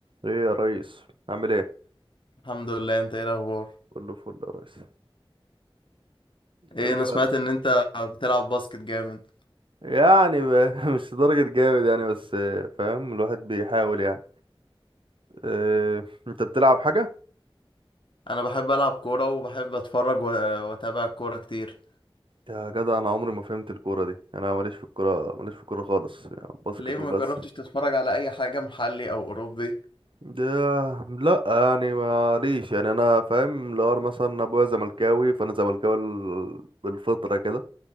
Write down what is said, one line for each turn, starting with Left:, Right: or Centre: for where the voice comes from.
Right: ايه يا ريس عامل ايه
Left: الحمد لله انت ايه الاخبار
Right: كله فل يا ريس
Left: ايه
Right: قول
Left: انا
Right: لي
Left: سمعت
Right: بقى
Left: ان انت بتلعب باسكت جامد
Right: يعني بقى <laughs> مش لدرجة جامد يعني بس آه، فاهم الواحد بيحاول يعني اه انت بتلعب حاجة
Left: انا بحب العب كوره وبحب اتفرج و- واتابع الكوره كتير
Right: يا جدع انا عمري ما فهمت الكورة دي انا ماليش في الكورة ماليش في الكورة خالص يعني باسكت
Left: ليه ما
Right: وبس
Left: جربتش تتفرج على اي حاجه محلي او اوروبي
Right: ده لا يعني ماليش يعني انا فاهم لو أنا مثلا ابويا زملكاوي فانا زملكاوي ال- بالفطرة كده